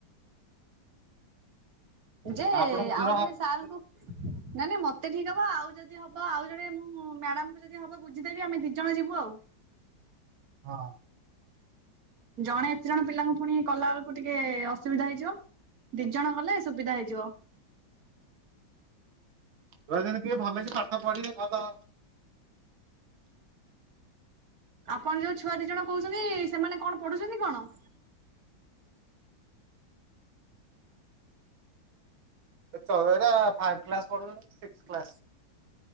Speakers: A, on the right (about 45°); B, on the right (about 85°).
A: ଯେ
B: ନା ଆପଣଙ୍କୁ ଦୂର
A: ଆଉ ଜଣେ
B: ହବ
A: ସାର୍ ଙ୍କୁ ନାଇଁ ନାଇଁ ମତେ ଠିକ୍ ହବ ଆଉ ଜ ଦି ହବ ଆଉ ଜଣେ ମୁଁ ମ୍ୟାଡାମ୍ ଙ୍କୁ ଯଦି ହବ ବୁଝିଦେବି ଆମେ ଦି ଜଣ ଯିବୁ ଆଉ।
B: ହଁ।
A: ଜଣେ ଏତେ ଜଣ ପିଲାଙ୍କୁ ଫୁଣି କଲା ବେଳକୁ ଟିକେ ଅସୁବିଧା ହେଇଯିବ। ଦି ଜଣ ଗଲେ ସୁବିଧା ହେଇଯିବ।
B: ପୁରା ଯେମତି ଭଲ କିି ପାଠ ପଢିକି ଭଲ
A: ଆପଣ ଯୋଉ ଛୁଆ ଦି ଜଣ କହୁଛନ୍ତି ସେମାନେ କଣ ପଢୁଛନ୍ତି କଣ?
B: ତଳ ଜରା ଫାଇପ୍ କ୍ଲାସ ପଢୁଚନ୍ତି ସିକ୍ସ କ୍ଲାସ।